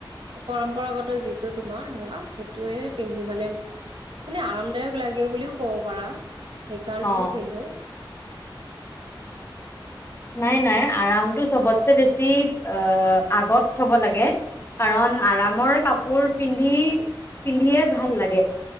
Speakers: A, on the right (about 75°); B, on the left (about 30°).
A: পৰম্পৰাগত যিটো তোমাৰ ধৰা সেইটোয়ে পিন্ধি মানে, মানে আৰামদায়ক লাগে বুলিও ক'ব পাৰা সেইকাৰণেও
B: অ
A: পিন্ধো।
B: নাই, নাই আৰামটো চবতছে বেছি অ', আগত থ'ব লাগে। কাৰণ আৰামৰ কাপোৰ পিন্ধি, পিন্ধিয়ে ভাল লাগে।